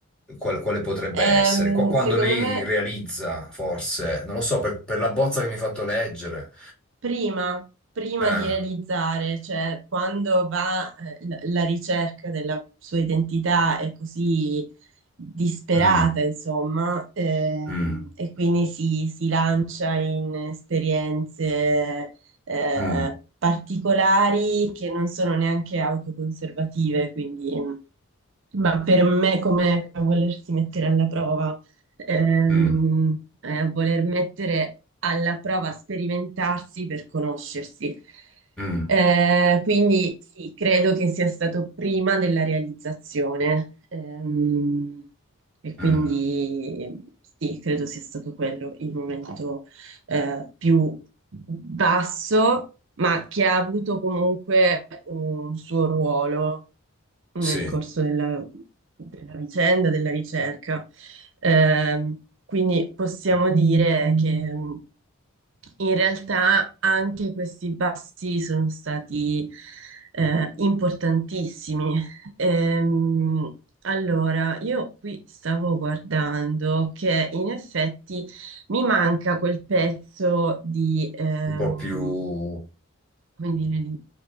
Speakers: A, in the centre; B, on the right.
A: qual- quale potrebbe
B: Ehm,
A: essere. Qua- quando
B: secondo
A: lei
B: me
A: realizza, forse, non lo so, per, per la bozza che mi hai fatto leggere.
B: prima, prima
A: Eh.
B: di realizzare, cioè quando va eh, la la ricerca della sua identità è così disperata,
A: Mm,
B: insomma, ehm,
A: mm,
B: e quindi si, si lancia in esperienze eh,
A: mm,
B: particolari che non sono neanche autoconservative, quindi... mm, ma per me come a volersi mettere alla prova, ehm,
A: mm,
B: è a voler mettere alla prova, sperimentarsi per conoscersi.
A: mm, mm.
B: Eh, quindi sì, credo che sia stato prima della realizzazione. ehm, e quindi
A: mm.
B: sì, credo sia stato quello il momento eh, più basso, ma che ha avuto comunque un suo ruolo
A: Sì,
B: nel corso della, della vicenda, della ricerca. Ehm, quindi possiamo dire che mh, in realtà anche questi passi sono stati eh, importantissimi. Ehm, allora, io qui stavo guardando che in effetti mi manca quel pezzo di, ehm,
A: un po' più,
B: come dire, di,